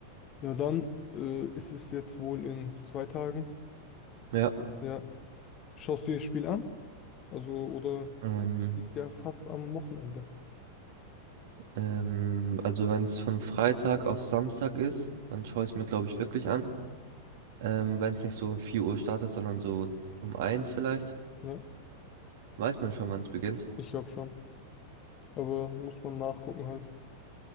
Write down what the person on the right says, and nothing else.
Ja.
Ähm,
ähm, also wenn es von Freitag auf Samstag ist, dann schaue ich es mir, glaube ich, wirklich an. Ähm, wenn es nicht so um 4 Uhr startet, sondern so um eins vielleicht,
weiß man schon, wann es beginnt.